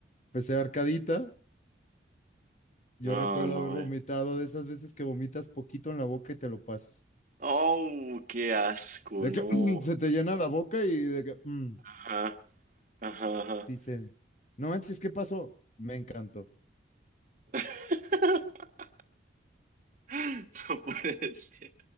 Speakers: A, on the left; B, on the right.
A: empecé arcadita, Yo
B: No,
A: recuerdo
B: no,
A: haber vomitado
B: eh.
A: de esas veces que vomitas poquito en la boca y te lo pasas.
B: Oh, qué asco,
A: De
B: no.
A: que <clears throat> se te llena la boca y de que mm,
B: Ajá, ajá, ajá.
A: dice, no manches, ¿qué pasó? Me encantó.
B: <laughs> No puede ser.